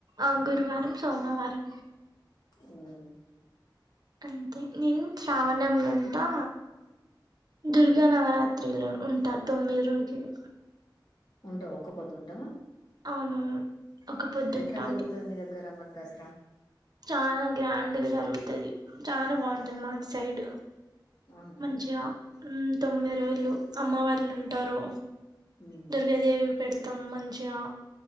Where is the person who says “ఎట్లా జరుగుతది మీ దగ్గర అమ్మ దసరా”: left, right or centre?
Left